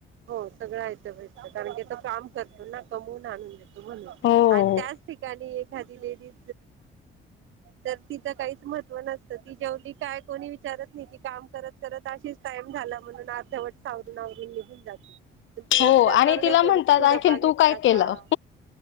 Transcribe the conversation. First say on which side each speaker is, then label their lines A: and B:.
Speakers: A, on the right; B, on the left.
A: हो सगळं आयत भेटतं कारण की तो काम करतो ना कमवून आणून देतो. म्हणून
B: हो
A: आणि त्याच ठिकाणी एखादी लेडी- तर तिच काहीच महत्व नसतं ती जेवली कायं. कोणी विचारत नाही ती काम करत करत अशीच टाइम झाला म्हणून अर्धवट सावरून आवरून निघून. पण तिला
B: हो
A: विचारणार
B: आणि तिला
A: नाही कोणी
B: म्हणतात
A: की तू
B: आणखीन
A: ड्बा घेतला
B: काय
A: का?
B: केलं